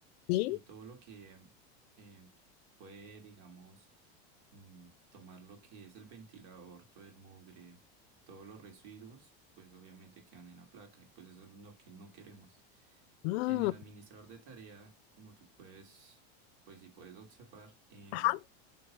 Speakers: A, on the left; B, on the right.
A: sí.
B: y todo lo que eh, puede, digamos, mm, tomar lo que es el ventilador, todo el mugre, todos los residuos, pues obviamente quedan en la placa y pues eso es lo que no queremos.
A: Mm,
B: En el administrador de tarea, como tú puedes, pues si puedes observar, em,
A: ajá,